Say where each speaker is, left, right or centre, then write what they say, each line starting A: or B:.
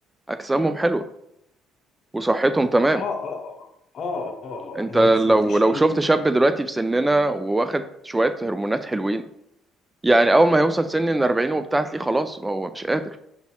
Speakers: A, on the right (about 15°); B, on the left (about 50°).
A: اجسامهم حلوه وصحتهم تمام
B: آه آه آه آه آه
A: انت
B: آه، ما
A: لو
B: بص ما فيش
A: لو
B: أي
A: شفت شاب دلوقتي في سننا وواخد شوية هرمونات حلوين يعني اول ما يوصل سن ال 40 وبتاع تلاقيه خلاص هو مش قادر